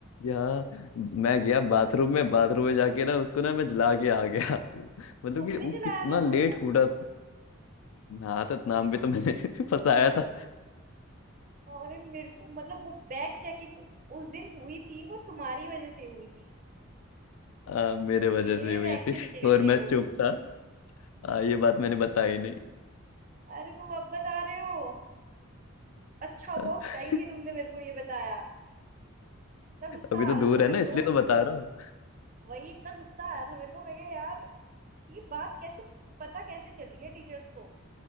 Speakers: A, on the left (about 75°); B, on the right (about 35°).
A: यहाँ मैं गया बाथरूम में बाथरूम में जाके ना उसको ना मैं जला के आ गया मतलब
B: तुमने
A: कि वो
B: चलाया
A: कितना
B: था
A: लेट
B: वो
A: फूटा हाँ तो नाम भी तो मैंने <laughs> फंसाया था
B: अरे मेरे को मतलब वो बैग चेकिंग उस दिन हुई थी वो तुम्हारी वजह से हुई थी
A: आ, मेरे
B: और
A: वजह
B: मेरे
A: से हुई
B: बैग से
A: थी
B: निकले
A: और
B: थे
A: मैं
B: वो
A: चुप था आ, ये बात मैंने बताई
B: अरे तुम अब बता रहे हो अच्छा हुआ
A: नहीं
B: उस टाइम नहीं
A: <laughs>
B: तुमने मेरे को ये बताया इतना गुस्सा
A: अभी तो
B: आ रहा
A: दूर
B: था
A: है
B: मेरे
A: ना इसलिए
B: को
A: तो बता रहा हूँ
B: वही इतना गुस्सा आया था मेरे को मैं क्या यार ये बात कैसे पता कैसे चली है टीचर्स को